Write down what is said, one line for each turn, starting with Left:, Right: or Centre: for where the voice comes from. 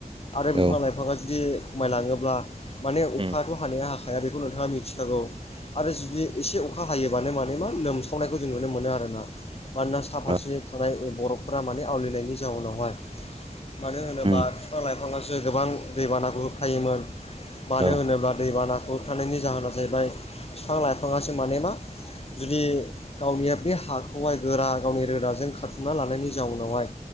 Left: आरो बिफां
Right: औ
Left: लाइफाङा जुदि खमायलाङोब्ला माने अखायाथ'
Right: उम
Left: हानाया हाखाया बेखौ नोंथाङा मिथिखागौ। आरो जुदि एसे अखा हायोबानो माने मा लोमसावनायखौ जों नुनो मोनो आरोना। मानोना सा फारसे
Right: औ
Left: थानाय बरफफोरा माने आवलिनायनि जाउनावहाय मानो होनोबा
Right: उम
Left: बिफां लाइफाङासो गोबां दैबानाखौ होबथायोमोन। मानो
Right: औ
Left: होनोब्ला दैबाना होबथानायनि जाहोना जाहैबाय फिफां लाइफाङासो माने मा जुदि गावनिया बे हाखौहाय गोरा गावनि रोदाजों खाथुमना लानायनि जाउनावहाय